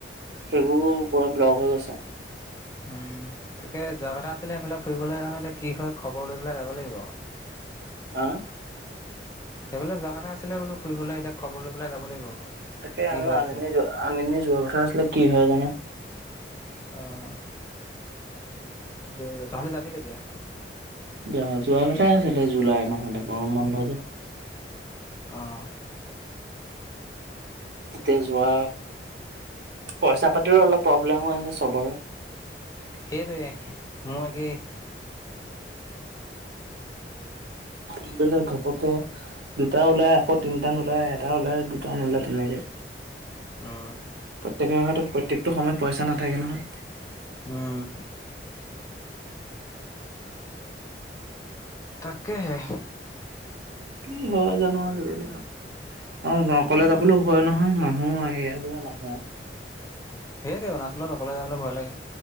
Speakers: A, on the right (about 70°); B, on the left (about 20°).
A: সেইবোৰো পুৰা বল্গ হৈ গৈছে
B: উম তাকে যোৱা কথা আছিলে সেইফালে ফুৰিবলৈ জানো এতিয়া কি হয় খবৰ লৈ পেলাই যাব লাগিব
A: আহ
B: সেইফালে যোৱা কথা আছিলে বোলো ফুৰিবলৈ এতিয়া খবৰ লৈ পেলাই যাব লাগিব
A: তাকে
B: কি
A: আমি
B: হৈ
A: আন
B: আছে
A: আনিনি যোৱা কথা আছিলে কি হয় জানো
B: আহ ত তহলে যাবি কেতিয়া
A: য যোৱা কথাই আছিলে জুলাই মাহতে গৰম বন্ধ যে
B: আহ
A: তেতিয়া যোৱা পইচা পাতিৰো অলপ প্ৰব্লেম হৈ আছে চবৰে
B: সেইৰে মই কি
A: আিবেলাক ঘপকে দুটা ওলাই এশ তিনটান ওলাই এটা ওলাই দুটান ওলায় তেনেকে হে
B: অ
A: প্ৰত্যেকৰ হাতত প্ৰত্যেকটো সময়ত পইচা নাথাকে নহয়
B: উম তাকেহে।
A: কি হয় জানো আজিকালি অ, অকলে
B: উম,
A: যাবলৈ ভয় নহয় মানহ উম, সেয় বোৰে মানুহ
B: সে তে অৰুণচলত অকলে যাবলৈ ভয় লাগে।